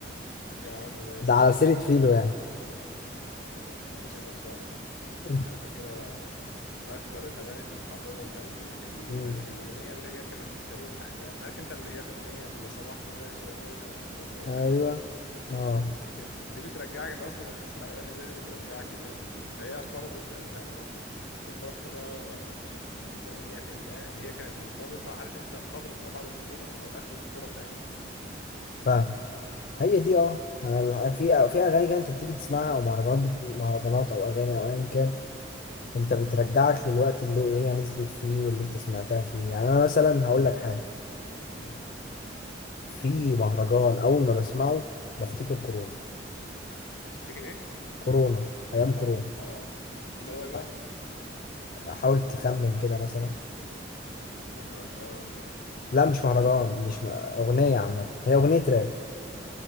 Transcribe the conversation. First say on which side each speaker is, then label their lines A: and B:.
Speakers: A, on the left (about 75°); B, on the left (about 45°).
A: يا عم ماشي
B: ده على سيرة
A: يعني
B: فيلو
A: مثلا
B: يعني
A: طب ماشي خلصانة يا عم
B: <laughs>
A: على فكرة من أكتر الأغاني المحببة لقلبي الأغ...
B: مم.
A: الأغنية اللي هي كانت فريق الأحلام عارف أنت اللي هي الأغنية اللي صباحكم باشا يا باشا على كل واحد
B: ايوه
A: مش
B: اه
A: فاكر دي بترجعك أنت أصلا لما تسمع الأغاني اللي زي دي بترجعك للأيام دي فهي ارتبطت في أذهاننا بفترة يعني زمنية ما اللي هي كانت مرتبطة عارف أنت فترة ما بعد الطفولة أو آخر الطفولة بتاعتنا
B: فاهم هي دي اه انا الح- في في اغاني كده انت بتيجي تسمعها او مهرجانات بت- مهرجانات او اغاني او ايا كان انت بترجعك للوقت اللي هي نزلت فيه واللي انت سمعتها فيه يعني انا مثلا هقول لك حاجة
A: امم
B: في مهرجان اول ما بسمعه بفتكر كورونا
A: تفتكر إيه؟
B: كورونا ايام كورونا
A: اه اللي هو إيه بقى
B: تع- حاول تخمن كده مثلا
A: مهرجان
B: لا
A: في
B: مش
A: أول
B: مهرجان مش م... اغنيه عامه هي اغنيه راب